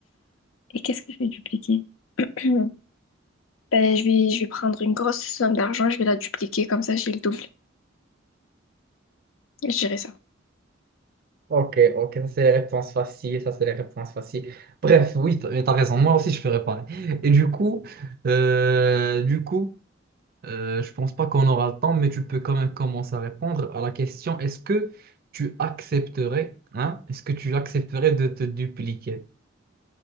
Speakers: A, on the left; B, on the right.
A: Et qu'est-ce que je vais dupliquer? <clears throat> Ben, je vais, je vais prendre une grosse somme d'argent, je vais la dupliquer, comme ça j'ai le double. Je dirais ça.
B: Ok, ok, ça c'est les réponses faciles, ça c'est les réponses faciles. Bref, oui, t'as, mais t'as raison, moi aussi je fais réparer. Et du coup, euh, du coup, Euh, je pense pas qu'on aura le temps, mais tu peux quand même commencer à répondre à la question, est-ce que tu accepterais, hein, est-ce que tu accepterais de te dupliquer?